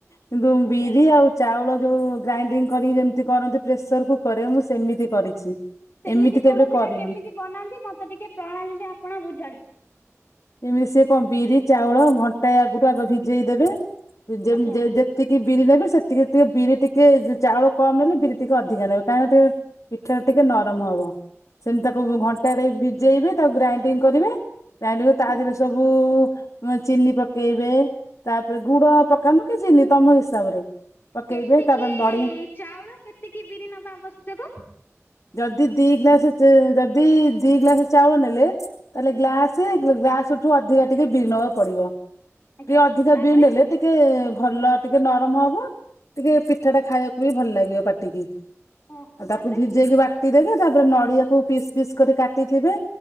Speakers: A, on the left; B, on the left.
A: କିନ୍ତୁ
B: ଆଜ୍ଞା।
A: ବିରି ଆଉ ଚାଉଳ ଯୋଉ ଗ୍ରାଇଡିଙ୍ଗ କରିକି ଯେମିତି କରନ୍ତି ପ୍ରେସର କୁକର ରେ ମୁଁ ସେମିତି କରିଛି।
B: ସେମିତି
A: ଏମିତି କେବେ
B: ପୋଡପିଠା
A: କରିନି।
B: କେମିତି ବନାନ୍ତି ମତେ ଟିକେ ପ୍ରଣାଳୀରେ ଆପଣ ବୁଝାନ୍ତୁ।
A: ଏମିତି ସିଏ କଣ ବିରି ଚାଉଳ ଘଣ୍ଟାଏ ଆଗରୁୁ ଆଗ ଭିଜେଇ ଦେବେ। ଜେମ୍
B: ଆଜ୍ଞା
A: ଯେ ଯେତେ ଯେତିକି ବିରି ନେବେ ସେତିି ଟିକେ ବିରି ଟିକେ ଚାଉଳ କମ୍ ନେଲେ ବିରି ଟିକେ ଅଧିକ ନେବେ କାହିଁକିନା ଟିକେ। ପିଠା ଟିକେ ନରମ ହବ। ସେମିତି ତାକୁ ଘଣ୍ଟାଟେ ଭିଜେଇବେ ତାକୁ ଗ୍ରାଇଣ୍ଡିଂ କରିବେ ଗ୍ଗ୍ରାଇଣ୍ଡିଂ କରିକି। ତା
B: ହୁଁ।
A: ଦେହରେ ସବୁ ଚିନି ପକେଇବେ। ତାପରେ ଗୁଡ ପକାନ୍ତୁ କି ଚିନି ତମ ହିସାବରେ। ପକେଇବେ
B: କେତିକି
A: ତାପରେ ନଡିଆ
B: ଚାଉଳ କେତିକି ବିରି ନବା ଆବଶ୍ୟକ।
A: ଯଦି ଦି ଗ୍ଲାସ ଯଦି ଦି ଗ୍ଲାସ ଚାଉଳ ନେଲେ। ତାହେଲେ ଗ୍ଲାସେ ଗ୍ଲାସଠୁ ଅଧିକା ଟିକେ ବିରି ନବାକୁ ପଡିବ ଟିକେ
B: ଆଜ୍ଞା।
A: ଅଧିକା
B: ତାପରେ
A: ବିରି ଦେଲେ ଟିକେ। ଟିକେ ଭଲ ଟିକେ ନରମ ହବ ଟିକେ ପିଠା ଟା ଖାଇବାକୁ ହି ଭଲ ଲାଗିବ ପାଟିକି। ଆଉ
B: ଓହୋ
A: ତାକୁ
B: ତାପରେ?
A: ଭିଜେଇକି ବାଟି ଦେବେ ତାପରେ ନଡିଆକୁ ପିସ୍ ପିସ୍ କରି କାଟିଥିବେ।